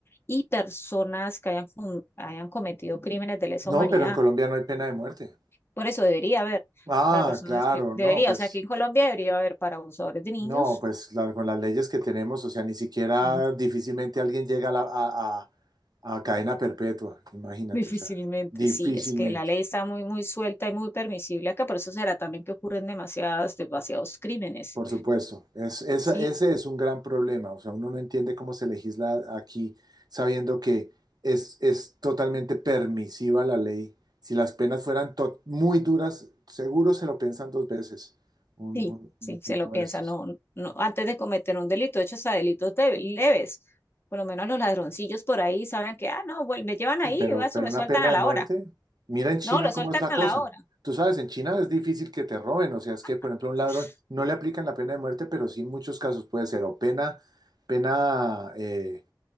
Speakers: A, on the left; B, on the right.
A: y personas que hayan, com- hayan cometido crímenes de lesa
B: no,
A: humanidad.
B: pero en Colombia no hay pena de muerte.
A: Por eso debería haber
B: Ah,
A: para personas
B: claro,
A: que debería,
B: no, pues
A: o sea, aquí en Colombia debería haber para abusadores de niños.
B: No, pues la- con las leyes que tenemos, o sea, ni siquiera
A: Mm,
B: difícilmente alguien llega a, la- a- a- a cadena perpetua, imagínate,
A: <laughs> Difícilmente,
B: o sea, difícilmente,
A: sí, es que la ley está muy, muy suelta y muy permisible acá, por eso será también que ocurren demasiadas, demasiados crímenes.
B: por supuesto. Es, esa-
A: Sí,
B: ese es un gran problema, o sea, uno no entiende cómo se legisla aquí sabiendo que es, es totalmente permisiva la ley. Si las penas fueran to- muy duras, seguro se lo piensan dos veces un,
A: Sí,
B: un
A: sí,
B: un tipo
A: se lo piensa,
B: de estos.
A: no, no, antes de cometer un delito, de hecho, hasta delitos de- leves, por lo menos los ladroncillos por ahí saben que, ah, no, vuel- me llevan
B: Sí,
A: ahí,
B: pero,
A: eso
B: pero
A: me
B: una
A: sueltan
B: pena
A: a
B: de
A: la
B: muerte.
A: hora,
B: Mira en China
A: no, lo sueltan
B: cómo es la
A: a
B: cosa.
A: la hora,
B: Tú sabes, en China es difícil que te roben, o sea, es que, por
A: <sniffs>
B: ejemplo, a un ladrón no le aplican la pena de muerte, pero sí en muchos casos puede ser o pena, pena eh,